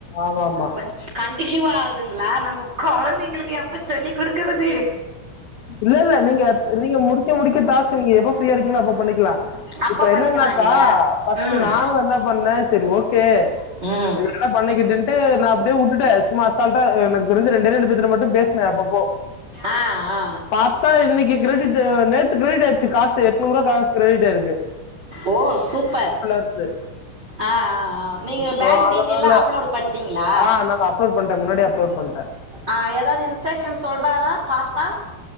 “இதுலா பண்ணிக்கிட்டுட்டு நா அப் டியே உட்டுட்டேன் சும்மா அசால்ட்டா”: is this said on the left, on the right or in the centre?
Left